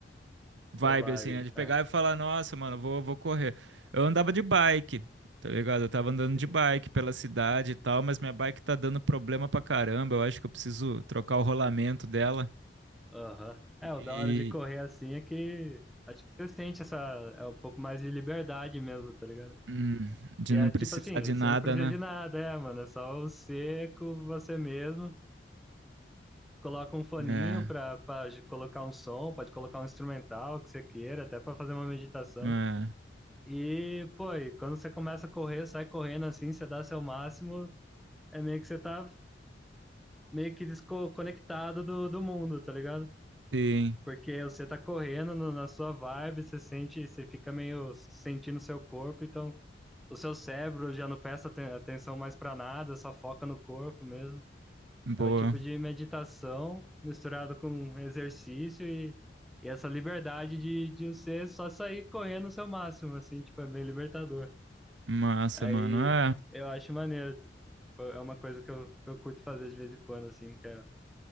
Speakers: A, on the right; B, in the centre.
A: vibe
B: essa vibe.
A: assim, né? De pegar
B: É.
A: e falar, nossa, mano, vou, vou correr. Eu andava de bike, tá ligado? Eu tava andando
B: Sim.
A: de bike pela cidade e tal, mas minha bike tá dando problema pra caramba. Eu acho que eu preciso trocar o rolamento dela.
B: Aham. É,
A: e
B: o da hora de correr assim é que acho que você sente essa, é um pouco mais de liberdade mesmo, tá ligado?
A: Hum, de
B: Que é
A: não
B: tipo
A: precisar
B: assim,
A: de
B: você
A: nada,
B: não precisa
A: né?
B: de nada, é, mano, é só o seco, você mesmo, coloca um foninho
A: É,
B: pra, pra j- colocar um som, pode colocar um instrumental que você queira, até pra fazer uma meditação.
A: é,
B: E, pô, e quando você começa a correr, sai correndo assim, você dá seu máximo, é meio que você tá meio que desconectado do, do mundo, tá ligado?
A: sim,
B: Porque você tá correndo no- na sua vibe, você sente, você fica meio sentindo seu corpo, então o seu cérebro já não presta aten- atenção mais pra nada, só foca no corpo mesmo.
A: boa,
B: É um tipo de meditação misturado com exercício e, e essa liberdade de, de você só sair correndo o seu máximo, assim, tipo, é bem libertador.
A: massa,
B: Aí
A: mano. É,
B: eu acho maneiro, tipo, é uma coisa que eu, que eu curto fazer de vez em quando, assim, que é,